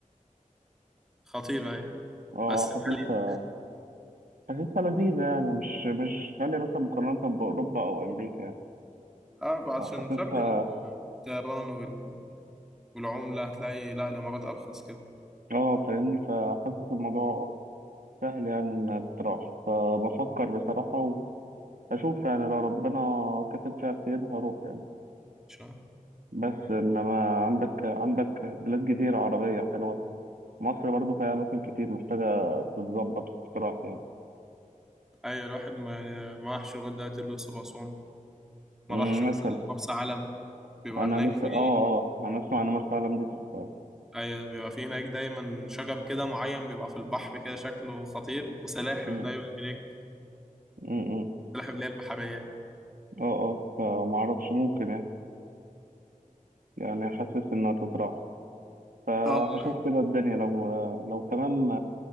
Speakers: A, in the centre; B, on the right.
A: خطيرة هي
B: اه
A: بس
B: حاسسها
A: غالية
B: حاسسها لذيذه يعني مش مش غاليه مثلا مقارنه باوروبا او امريكا يعني
A: اه عشان
B: فحاسسها
A: فرق الطيران وال... والعملة هتلاقي لا الامارات ارخص كده
B: اه فاهمني فحاسس الموضوع سهل يعني انها تروح فبفكر بصراحه واشوف يعني لو ربنا كتب فيها الخير هروح يعني
A: شهر
B: بس انما عندك عندك بلاد كتير عربيه حلوه مصر برضو فيها اماكن كتير محتاجه تتظبط وتتراح يعني
A: اي الواحد ما يعني ما راحش لغاية دلوقتي الاقصر واسوان ما
B: مم،
A: راحش مثلا
B: مثلا
A: مرسى علم بيبقى
B: انا
A: هناك
B: لسه
A: في
B: اه اه انا اسمع ان مرسى علم دي تحفه
A: أيوة بيبقى في هناك دايما شجر كده معين بيبقى في البحر كده شكله خطير وسلاحف
B: امم
A: دايما هناك
B: امم
A: السلاحف اللي هي البحرية دي
B: اه اه فما اعرفش ممكن يعني يعني حاسس انها تتراح فهشوف
A: اه لا،
B: كده الدنيا لو لو تمام